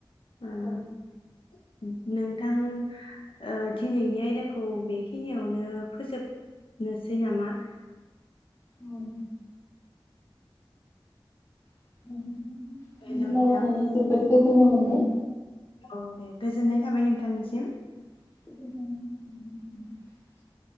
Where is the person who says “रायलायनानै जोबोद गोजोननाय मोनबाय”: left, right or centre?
Left